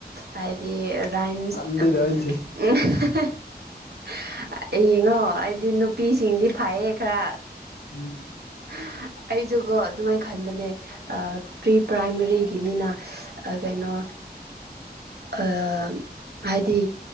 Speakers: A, on the right (about 70°); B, on the left (about 70°).
A: ꯍꯥꯏꯗꯤ ꯔꯥꯏꯝꯁ
B: ꯇꯜꯂꯤꯗ
A: ꯑꯝ
B: ꯑꯩꯁꯦ
A: <unintelligible> ꯌꯦꯡꯉꯣ ꯑꯩꯗꯤ ꯅꯨꯄꯤꯁꯤꯡꯗꯤ ꯐꯩꯌꯦ ꯈꯔ꯫
B: <inaudible>
A: <unintelligible> ꯑꯩꯖꯨꯀꯣ ꯑꯗꯨꯃꯥꯏ ꯈꯟꯕꯅꯦ ꯑ ꯄ꯭ꯔꯤ ꯄ꯭ꯔꯥꯏꯃꯔꯤꯒꯤꯅꯤꯅ ꯑꯥ ꯀꯩꯅꯣ꯫ ꯑꯥꯥ ꯍꯥꯏꯗꯤ꯫